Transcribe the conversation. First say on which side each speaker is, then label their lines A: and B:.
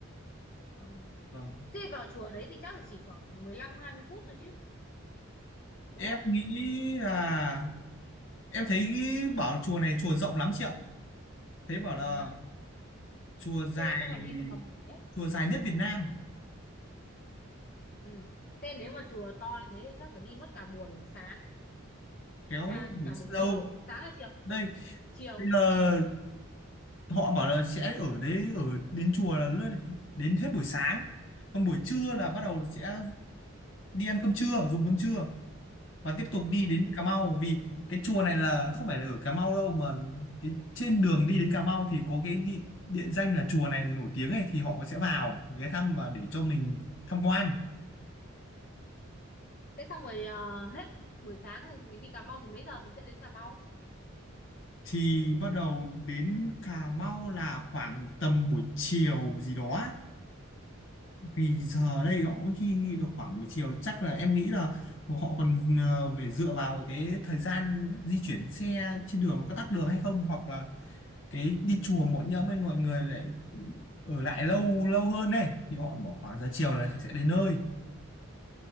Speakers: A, on the left; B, on the left.
A: ừ.
B: vâng
A: thế vào chùa đấy thì chắc là chỉ khoảng mười lăm hai mươi phút thôi chứ đúng
B: em
A: không
B: nghĩ là em thấy bảo chùa này chùa rộng lắm chị ạ thấy bảo là
A: thế à
B: chùa dài
A: thế chắc là đi mất cả buổi đấy
B: chùa dài nhất Việt Nam
A: Ừ. Thế nếu mà chùa to như thế thì chắc phải đi mất cả buổi sáng
B: kéo
A: à
B: buổi
A: cả
B: sâu
A: buổi chiều sáng hay chiều
B: đây
A: chiều
B: bây giờ họ bảo là sẽ ở đấy ở đến chùa là lướt- đến hết buổi sáng còn buổi trưa là bắt đầu sẽ đi ăn cơm trưa dùng cơm trưa và tiếp tục
A: ờ.
B: đi đến Cà Mau vì cái chùa này là không phải là ở Cà Mau đâu mà cái trên đường đi đến Cà Mau thì có cái địa, địa danh là chùa này nổi tiếng ấy thì họ sẽ vào ghé thăm và để cho mình tham quan
A: thế xong rồi ờ, hết buổi sáng thì mình đi Cà Mau thì mấy giờ mình sẽ đến Cà Mau
B: thì bắt đầu đến Cà Mau là khoảng tầm buổi chiều gì đó á. vì giờ đây họ cũng khi nghĩ được khoảng buổi chiều chắc là em nghĩ là họ còn ờ, phải dựa vào cái thời gian di chuyển xe trên đường nó có tắc đường hay không hoặc là cái đi chùa mỗi nhóm ấy mọi người lại ở lại lâu lâu hơn này thì họ bỏ khoảng giờ chiều là sẽ đến nơi